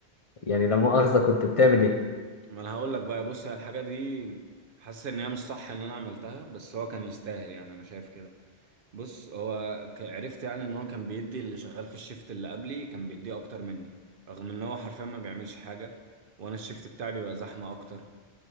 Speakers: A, on the left (about 45°); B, on the right (about 60°).
A: يعني لا مؤاخذة كنت بتعمل ايه
B: ما انا هقول لك بقى بص هي الحاجة دي حاسس ان هي مش صح ان انا عملتها بس هو كان يستاهل يعني انا شايف كده بص هو ك- عرفت يعني ان هو كان بيدي اللي شغال في الشيفت اللي قبلي كان بيديه اكتر مني رغم ان هو حرفيا ما بيعملش حاجه وانا الشيفت بتاعي بيبقى زحمه اكتر